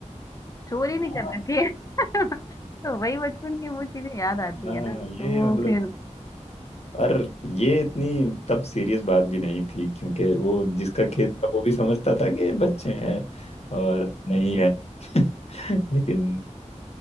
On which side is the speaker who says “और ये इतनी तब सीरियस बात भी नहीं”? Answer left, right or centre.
Left